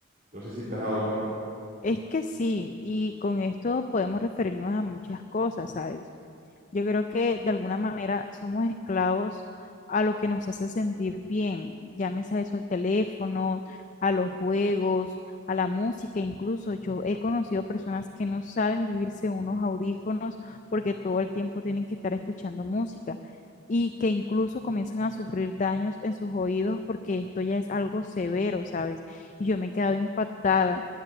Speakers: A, on the right; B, on the left.
A: no sé si te has dado cuenta.
B: Es que sí, y con esto podemos referirnos a muchas cosas, ¿sabes? Yo creo que de alguna manera somos esclavos a lo que nos hace sentir bien, llámese a eso al teléfono, a los juegos, a la música, incluso yo he conocido personas que no saben vivirse unos audífonos porque todo el tiempo tienen que estar escuchando música y que incluso comienzan a sufrir daños en sus oídos porque esto ya es algo severo, ¿sabes? Y yo me he quedado impactada.